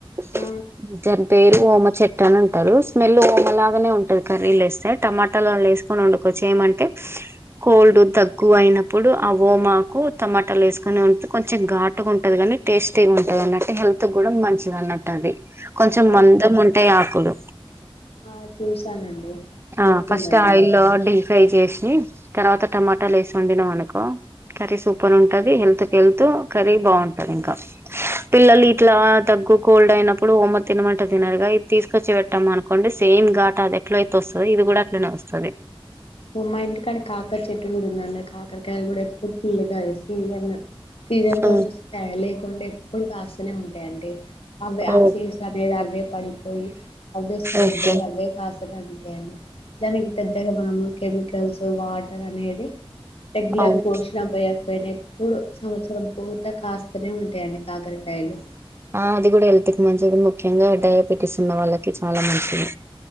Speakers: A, on the right; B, on the left.
A: స్
B: ఆ
A: నిజ పేరు ఓమ చెట్టు అని అంటారు. స్మెల్ ఓమలాగానే ఉంటది. కర్రీలో ఏస్తే టమాటాలల్లా వేసుకని వండు చేయమంటే కోల్డ్ దగ్గు అయినప్పుడు ఆ ఓమాకు టమాటాలు ఏసుకోని వంట్ కొంచెం ఘాటుగా ఉంటది గాని టేస్టీగా ఉంటది అన్నట్టు హెల్త్ గూడా మంచిది అన్నట్టు అది కొంచెం
B: ఓకే
A: మందంగా ఉంటాయి ఆకులు
B: ఆ చూసానండి.
A: ఆ
B: గుర్తున్నదండి
A: ఫస్ట్ ఆయిల్లో డీప్ ఫ్రై చేసి తర్వాత టమాటాలు వేసి వండినం అనుకో కర్రీ సూపర్ ఉంటంది హెల్త్ క హెల్త్ ఓ కర్రీ బాగుంటంది ఇంకా పిల్లలు ఇట్లా దగ్గు కోల్డ్ అయినప్పుడు ఓమ తినమంట తినరుగా ఇది తీసుకొచ్చి వేట్టాం అనుకోండి సేమ్ ఇమ్ ఘాట్ అదే ఎట్ల అయితే వస్తదో ఇది కూడా అట్లనే వస్తది.
B: ఓ మా ఇంటి కాడ కాకర చెట్టు కూడా ఉందండి కాకరకాయది కూడా ఎప్పుడు పుల్లగ్ త సీజన్ సీజన్ తోటి
A: ఓ
B: వస్తాయి లేకుండే ఎప్పుడు కాస్తూనే ఉంటాయి అండి. అవే
A: ఓ
B: ఆసిడ్స్ అవేద్ అవే పడిపోయి అవే స్ప్రెడ్
A: ఓకే
B: అయి అవే కాస్త తగ్గేయండి దానికి పెద్దగా మనము సో వాటర్ అనేది రెగ్యులర్
A: అవును
B: పోషీనా పోయకపోయినా ఎప్పుడు సంవత్సరం పూత కాస్తూనే ఉంటాయండి. కాకరకాయలు
A: ఆ అది కూడా హెల్త్ కి మంచిది. ముఖ్యంగా డయాబెటీస్ ఉన్న వాళ్ళకి చాలా మంచిది.